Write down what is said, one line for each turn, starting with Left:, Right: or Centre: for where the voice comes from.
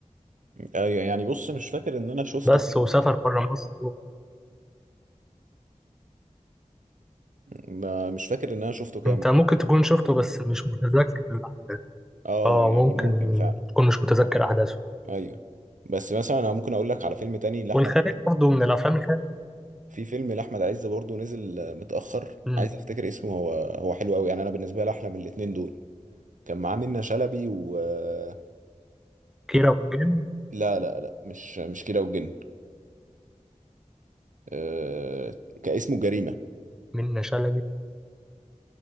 Right: ايوه يعني بص مش فاكر ان انا شفته
Centre: بس
Right: كامل
Centre: وسافر
Right: يعني
Centre: بره مصر
Right: ما- مش فاكر ان انا شفته كامل
Centre: انت ممكن
Right: يعني
Centre: تكون شفته بس مش متذكر الأحداث.
Right: اه
Centre: اه
Right: يعني
Centre: ممكن
Right: ممكن فعلا
Centre: تكون مش متذكر احداثه
Right: ايوه بس مثلا انا ممكن اقول لك على فيلم تاني لاحمد
Centre: والخارج برضه من الافلام الخارج
Right: في فيلم لاحمد عز برضه نزل آه، متاخر
Centre: امم
Right: عايز افتكر اسمه هو هو حلو قوي يعني انا بالنسبه لي احلى من الاتنين دول كان معاه منة شلبي و آه،
Centre: كيرة والجن
Right: لا لا لا مش مش كده وجن آه، كان اسمه جريمه
Centre: منة شلبي